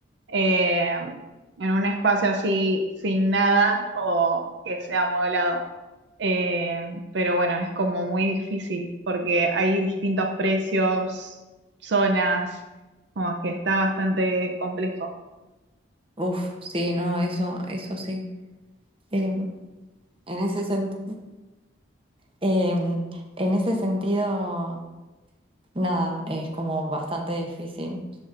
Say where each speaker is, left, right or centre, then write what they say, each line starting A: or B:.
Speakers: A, on the right; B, on the right.
A: eh, en un espacio así sin nada o que sea amueblado. Eh, pero bueno, es como muy difícil porque hay distintos precios, zonas, como que está bastante complejo.
B: Uf, sí, no, eso, eso sí. Eh, en ese sentido, en ese sentido, nada, es como bastante difícil,